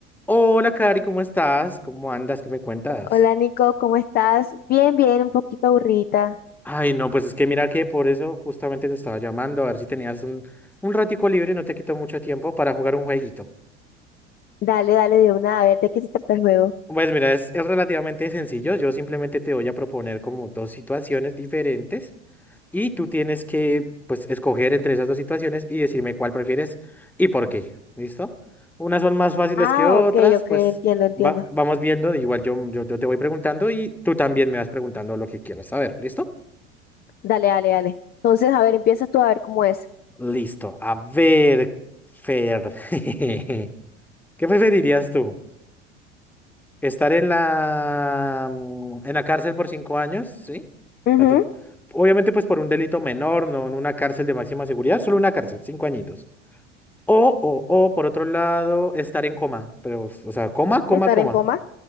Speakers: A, in the centre; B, on the left.
A: Hola, Cari, ¿cómo estás? ¿Cómo andas? ¿Qué me cuentas?
B: Hola Nico, ¿cómo estás? Bien, bien, un poquito aburrida.
A: Ay, no, pues es que mira que por eso justamente te estaba llamando, a ver si tenías un, un ratico libre, no te quito mucho tiempo para jugar un jueguito.
B: Dale, dale de una, a ver, ¿de qué se trata el juego?
A: Pues mira, es, es relativamente sencillo, yo simplemente te voy a proponer como dos situaciones diferentes y tú tienes que, pues, escoger entre esas dos situaciones y decirme cuál prefieres y por qué, ¿listo? Unas son más fáciles
B: Ah,
A: que otras,
B: ok, ok,
A: pues
B: entiendo, entiendo.
A: va- vamos viendo, igual yo, yo, yo te voy preguntando y tú también me vas preguntando lo que quieras saber, ¿listo?
B: Dale, dale, dale. Entonces, a ver, empiezas tú a ver cómo es.
A: Listo. A ver, Fer. <laughs> ¿Qué preferirías tú? ¿Estar en la, mm, en la cárcel por cinco años? ¿Sí?
B: Ujú,
A: A tu- Obviamente, pues por un delito menor, no en una cárcel de máxima seguridad, solo una cárcel, cinco añitos. O, o, o, por otro lado, estar en coma, pero, o sea, coma, coma,
B: ¿Estar
A: coma,
B: en coma?